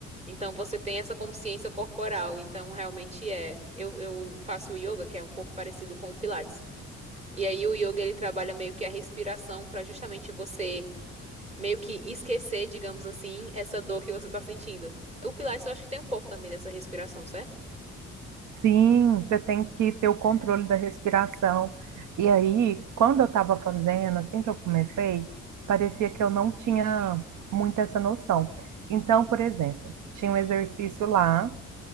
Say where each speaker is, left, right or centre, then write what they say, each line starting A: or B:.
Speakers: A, on the right; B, on the right.
A: Então você tem essa consciência corporal. Então realmente é. Eu, eu faço yoga, que é um pouco parecido com o Pilates. E aí o yoga ele trabalha meio que a respiração para justamente você meio que esquecer, digamos assim, essa dor que você tá sentindo. O Pilates eu acho que tem um pouco também dessa respiração, certo?
B: Sim, você tem que ter o controle da respiração. E aí, quando eu estava fazendo, assim que eu comecei, parecia que eu não tinha muito essa noção. Então, por exemplo, tinha
A: Hum,
B: um exercício lá